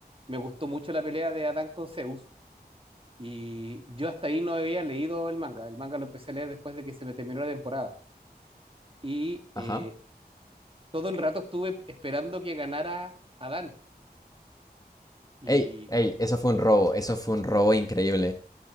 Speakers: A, on the right; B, on the left.
A: me gustó mucho la pelea de Adán con Zeus y yo hasta ahí no había leído el manga. El manga lo empecé a leer después de que se me terminó la temporada. Y eh,
B: Ajá.
A: todo el rato estuve esperando que ganara Adán Y
B: Ey, ey, eso fue un robo, eso fue un robo increíble.